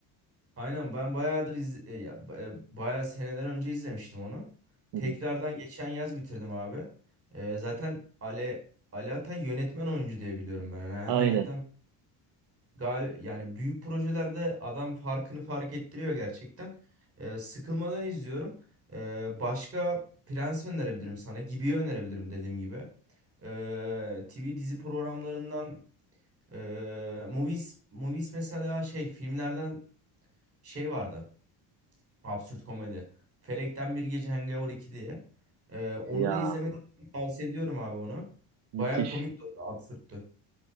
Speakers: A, on the right (about 30°); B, on the right (about 60°).
A: Aynen ben bayağıdır iz e, ya, ba- e, bayağı seneden önce izlemiştim onu.
B: Hı
A: Tekrardan
B: hı.
A: geçen yaz bitirdim abi. E, zaten Ale Ali Atay yönetmen oyuncu diye biliyorum ben. Yani hem
B: Aynen.
A: yönetmen gal yani büyük projelerde adam farkını fark ettiriyor gerçekten. E, sıkılmadan izliyorum. E, başka Prens önerebilirim sana. Gibi'yi önerebilirim dediğim gibi. E, TV dizi programlarından e, Movies Movies mesela şey filmlerden şey vardı. Absürt komedi. Felekten Bir Gece Hangover 2 diye. Ee, onu
B: Ya
A: da izlemeni tavsiye ediyorum abi onu.
B: müthiş.
A: Baya komik de oldu, absürttü.